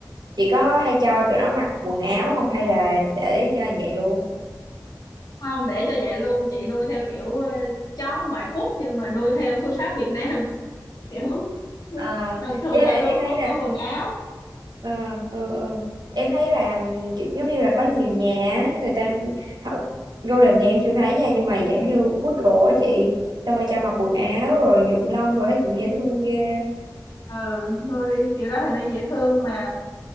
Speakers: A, on the right; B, on the left.
A: chị có hay cho tụi nó mặc quần áo không hay là để cho vậy luôn
B: không để cho vậy luôn chị nuôi theo kiểu ờ, chó ngoại quốc nhưng mà nuôi theo phương pháp Việt Nam <laughs> kiểu
A: à,
B: trần truồng
A: với em
B: vậy luôn không
A: thấy
B: có
A: là
B: quần áo
A: Ờ, ừ, ừ. Em thấy là ừm, kiểu giống như là có nhiều nhà á, người ta họ, Golden thì em chưa thấy nha nhưng mà dạng
B: Ừ.
A: như poodle á chị xong rồi cho mặc quần áo rồi nhuộm lông rồi thấy cũng dễ thương ghê
B: ừ nuôi kiểu đó thì nó dễ thương mà